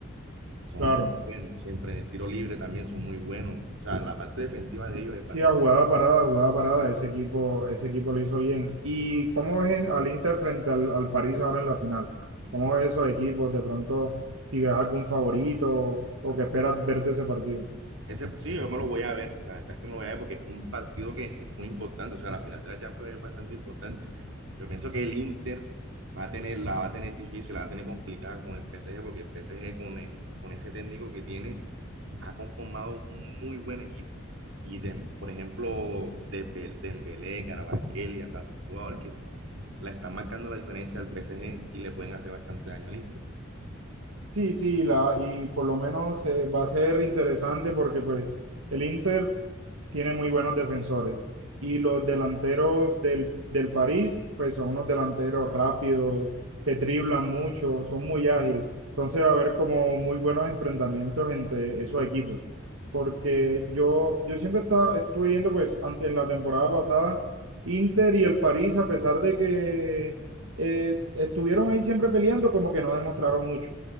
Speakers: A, on the right; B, on the right.
A: Son
B: Claro,
A: muy buenos siempre. En el tiro libre también son muy buenos. O sea, la parte defensiva de
B: sí,
A: ellos es bastante.
B: a jugada parada, a jugada parada, ese equipo, ese equipo lo hizo bien. ¿Y cómo ves en- al Inter frente al, al París ahora en la final? ¿Cómo ves esos equipos? De pronto, si ves algún favorito o que esperas ver de ese partido.
A: Ese, sí, yo me lo voy a ver. La verdad es que me lo voy a ver porque es un partido que es muy importante. O sea, la final de la Champions es bastante importante. Yo pienso que el Inter va a tener, la va a tener difícil, la va a tener complicada con el P S G porque el P S G con, el- con ese técnico que tiene ha conformado un muy buen equipo. Y de, por ejemplo, Dembe- Dembélé, Kvaratskhelia, o sea, son jugadores que la están marcando la diferencia al P S G y le pueden hacer bastante daño al Inter.
B: Sí, sí, la, y por lo menos eh, va a ser interesante porque pues el Inter tiene muy buenos defensores. Y los delanteros del, del París, pues son unos delanteros rápidos, que driblan mucho, son muy ágiles. Entonces va a haber como muy buenos enfrentamientos entre esos equipos. Porque yo, yo siempre está, estuve viendo, pues, ante, en la temporada pasada, Inter y el París, a pesar de que eh, estuvieron ahí siempre peleando, como que no demostraron mucho.